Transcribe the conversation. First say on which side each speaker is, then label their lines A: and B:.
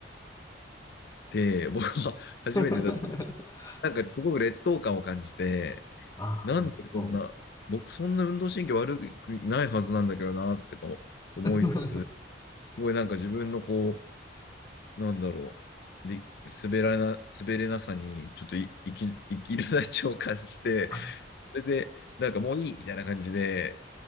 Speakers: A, on the left (about 60°); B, on the left (about 20°).
A: で、僕は初めてだ、
B: <laughs>
A: なんかすごく劣等感を感じて、
B: ああなるほ
A: なんでこんな、僕そんな運動神経悪くないはずなんだけどなってこう思いつつ、
B: ど
A: すごいなんか自分のこう、なんだろう、で、滑らな、滑れなさに、ちょっとい、生き、生きるなちを感じて、
B: <laughs> あ
A: それで、なんかもういいみたいな感じで、